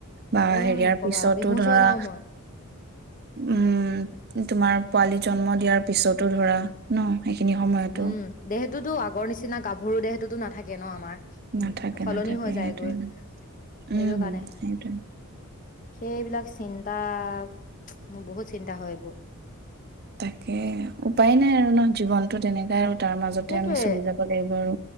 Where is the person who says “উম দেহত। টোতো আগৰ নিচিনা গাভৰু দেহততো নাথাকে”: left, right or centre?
Left